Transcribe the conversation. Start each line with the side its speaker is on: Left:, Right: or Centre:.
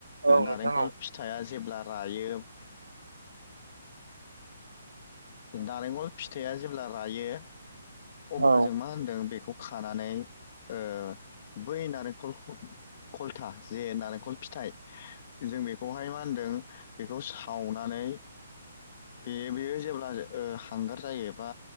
Right: औ नोंथां
Left: नारेंखल
Right: औ
Left: फिथाइआ जेब्ला रायो। नारेंखल फिथाइया जेब्ला रायो अब्ला
Right: औ
Left: जों मा होनदों बेखौ खानानै ओ बै नारेंखलखौ खलथा जे नारेंखल फिथाइ जों बेखौहाय मा होनदों? बेखौ सावनानै बे बेयो जेब्ला ओ हांगार जायो बा